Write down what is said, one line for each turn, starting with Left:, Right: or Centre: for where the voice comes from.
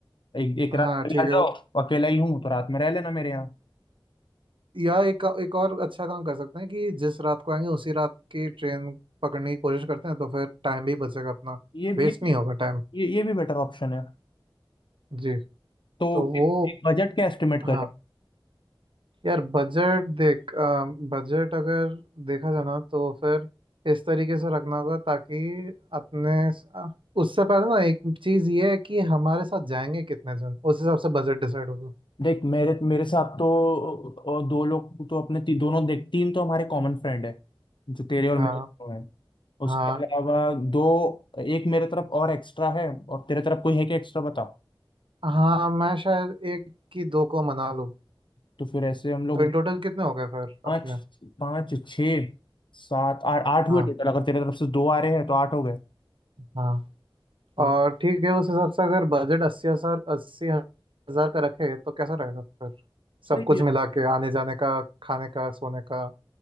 Left: एक एक
Right: हाँ
Left: रात पहले
Right: ठीक
Left: आ
Right: है
Left: जाओ अकेला ही हूँ तो रात में रह लेना मेरे यहाँ
Right: या एक एक और अच्छा काम कर सकते हैं कि जिस रात को आएंगे उसी रात की ट्रेन पकड़ने की कोशिश करते हैं तो फिर टाइम भी बचेगा अपना
Left: ये भी
Right: वेस्ट
Left: ये
Right: नहीं
Left: भी
Right: होगा टाइम
Left: ये, ये भी बेटर ऑप्शन है
Right: जी
Left: तो
Right: तो वो
Left: एक, एक बजट क्या एस्टिमेट करें
Right: हाँ यार बजट देख बजट अगर देखा जाना तो फिर इस तरीके से रखना होगा ताकि अपने अ, उससे पहले ना एक चीज़ ये है कि हमारे साथ जाएंगे कितने जन उस हिसाब से बजट डिसाइड होगा
Left: देख मेरे मेरे साथ तो और दो लोग तो अपने ती, दोनों देख तीन तो हमारे कॉमन फ्रेंड है जो तेरे और
Right: हाँ
Left: मेरे दोनों हैं उसके
Right: हाँ
Left: अलावा दो एक मेरे तरफ और एक्स्ट्रा है और तेरे तरफ कोई है क्या एक्स्ट्रा बता
Right: हाँ मैं शायद एक की दो को मना लूँ
Left: तो फिर ऐसे हम लोग
Right: तो इन टोटल कितने हो गए फिर
Left: पाँच
Right: अपने
Left: पाँच छः सात आठ आठ हुए
Right: हाँ।
Left: टोटल अगर तेरे तरफ से दो आ रहे हैं तो आठ हो गए
Right: हाँ
Left: तो
Right: और ठीक है उस हिसाब से अगर बजट अस्सी हजार अस्सी हजार का रखे तो कैसा रहेगा फिर सब
Left: सही
Right: कुछ
Left: है
Right: मिला के आने जाने का खाने का सोने का